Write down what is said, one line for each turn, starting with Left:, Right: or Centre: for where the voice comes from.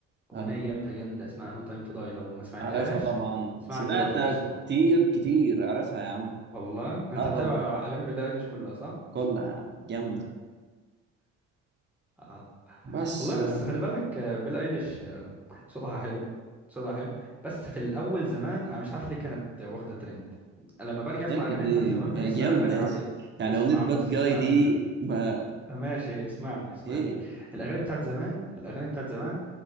Right: ايوه
Centre: اغنيه جامده جامده اسمها نو تايم تو داي لو ما سمعتهاش
Right: عارفها طبعا
Centre: اسمعها
Right: سمعتها
Centre: دلوقتي يا اسطى
Right: كتير كتير عارفها يا عم
Centre: والله انت
Right: اه
Centre: متابع
Right: طبعا
Centre: اغاني بيلي ايليش كلها صح
Right: كلها جامدة
Centre: آه.
Right: بس
Centre: والله
Right: آه،
Centre: بس خلي بالك آه، بيلي ايليش آه، صوتها حلو صوتها حلو بس في الاول زمان انا مش عارف ليه كانت واخده ترند لما برجع اسمع
Right: اللي
Centre: اغانيها
Right: ليه
Centre: بتاعت زمان
Right: ما
Centre: بحسها
Right: هي جامدة
Centre: اغاني عاديه
Right: أص- يعني
Centre: اسمع
Right: أغنية باد
Centre: بس
Right: جاي
Centre: استنى
Right: دي ما
Centre: ماشي اسمعني اسمعني
Right: ايه
Centre: الاغاني بتاعت زمان الاغاني بتاعت زمان